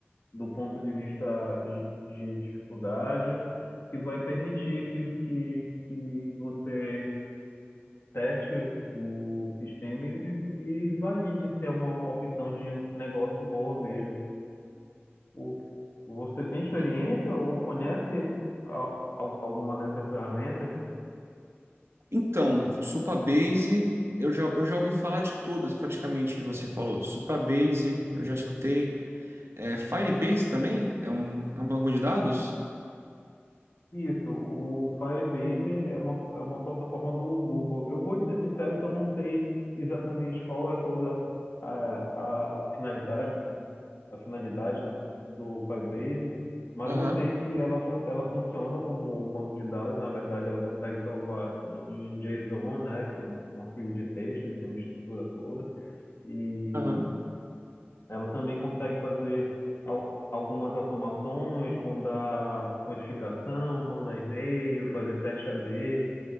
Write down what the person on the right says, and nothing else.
Entendi.
Então, Supabase, eu já, eu já ouvi falar de todas praticamente que você falou. Supabase, eu já escutei. É, Firebase também? É um, é um banco de dados?
Aham,
aham.